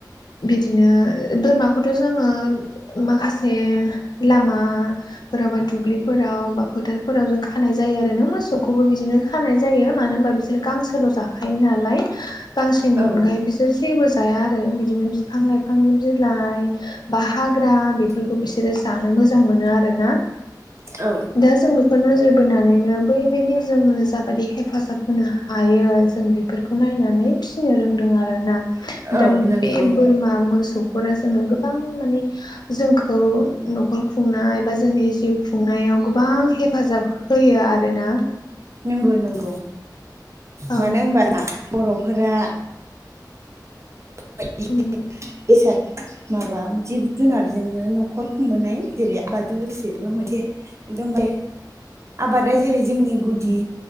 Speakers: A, on the left; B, on the right.
A: बिदिनो बोरमाखौथ' जोंङो माखासे लामा फोराव बा दुब्लिफोराव बा फोथार फोराव जों खानाय जायो आरो नों मोसौखौबो बिदिनो खानाय जायो मानो होनबा बिसोर गांसोल' जाखायो नालाय गांसेनि
B: औ
A: अनगायै बिसोर जेबो जाया आरो बिदिनो बिफां लाइफांनि बिलाइ बा हाग्रा बेफोरखौ बिसोरो जानो मोजां मोनो आर ना
B: औ
A: दा जों बेखौ बेखौ नोजोर बोनानैनो बैबायदि जोंङो जाबाददि हेफाजाब होनो हायो जों बे बेफोरखौ नायनानै फिसिनो रोंदों आरोना
B: औ
A: दा
B: नंगौ
A: बे बोरमा मोसौ जोङो गोबां माने जोंखौ न'खर खुंनाय बा जोंनि जिउ खुंनायाव गोबां हेफाजाब होयो आरोना
B: नोंगौ नोंगौ
A: औ
B: मानो होनबा बर'फोरा <unintelligible>
A: उम
B: बेसाद माबा जिब जुनारजोंनो न'खर खुंबोनाय जेरै आबादों लोगोसे बेबो मोनसे एकदम दे आबादा जेरै जोंनि गुदि